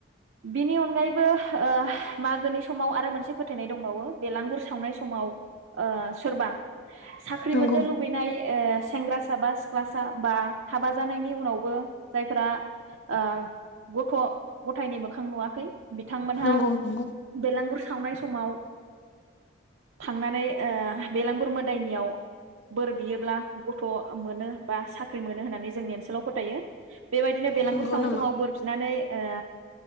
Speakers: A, on the right; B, on the left.
A: बिनि अनगायैबो ओ मागोनि समाव आरो मोनसे फोथायनाय दं बेलांगुर सावनाय समाव ओ सोरबा साख्रि
B: नंगौ
A: मोननो लुबैनाय ओ सेंग्रासा बा सिख्लासा बा हाबा जानायनि उनावबो जायफ्रा ओ गथ' गथायनि मोखां नुवाखै बिथांमोनहा
B: नंगौ नंगौ
A: बेलांगुर सावनाय समाव थांनानै ओ बेलांगुर मोदायनियाव बोर बियोब्ला गथ' मोनो बा साख्रि मोनो होननानै जोंनि ओनसोलाव फोथायो। बेबायदिनो बेलगुर
B: नंगौ
A: सावनाय
B: नामा
A: समाव बोर बिनानै ओ